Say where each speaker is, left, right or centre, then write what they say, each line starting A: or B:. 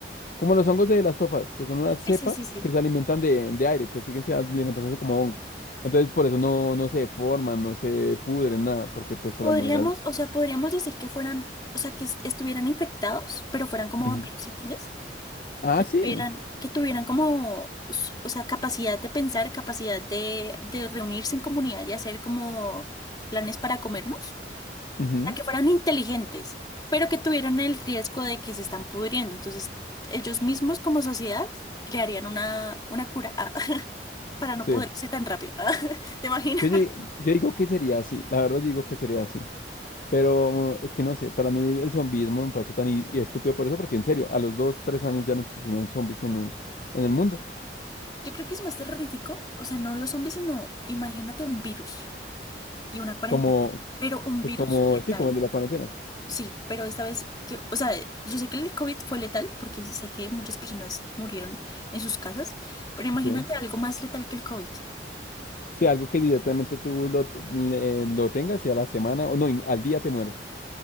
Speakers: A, on the left; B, on the left.
A: como los hongos de las tofas, que son una cepa
B: Sí, sí, sí, sí.
A: que se alimentan de, de aire, que siguen se alimentándose como hongo. Entonces, por eso no, no se deforman, no se pudren, nada, porque pues
B: Podríamos,
A: a la larga
B: o sea, podríamos decir que fueran, o sea, que es- estuvieran infectados, pero fueran como
A: Ujú.
B: vampiros, ¿sí ¿entiendes?
A: Ah,
B: Que tuvieran,
A: sí.
B: que tuvieran como, s- o sea, capacidad de pensar, capacidad de, de reunirse en comunidad y hacer como planes para comernos.
A: Ujú,
B: O sea, que fueran inteligentes, pero que tuvieran el riesgo de que se están pudriendo. Entonces, ellos mismos como sociedad crearían una, una cura ah, <laughs> para no
A: Sí.
B: pudrirse tan rápido. <laughs> ¿Te imaginas?
A: Yo, di- yo digo que sería así, la verdad yo digo que sería así. Pero es que no sé, para mí el zombismo me parece tan i- y estúpido por eso, porque en serio, a los dos, tres años ya no se tenían zombies en el, en el mundo.
B: Yo creo que es más terrorífico, o sea, no los zombies, sino imagínate un virus. y una cuarentena,
A: Como,
B: pero un
A: pues
B: virus
A: como,
B: letal.
A: sí, como el de la cuarentena.
B: Sí, pero esta vez que, o sea, yo sé que el COVID fue letal porque sé que muchas personas murieron en sus casas, pero imagínate
A: Sí.
B: algo más letal que el COVID.
A: Sí, algo que directamente tú lo, t- le- lo tengas y a la semana, o no, y al día te mueras.